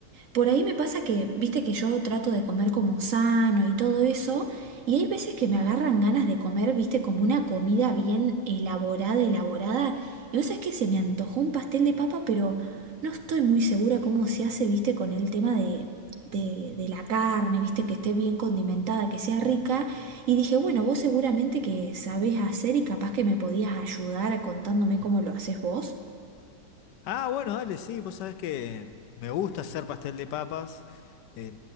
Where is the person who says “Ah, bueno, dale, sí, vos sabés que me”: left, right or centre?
Left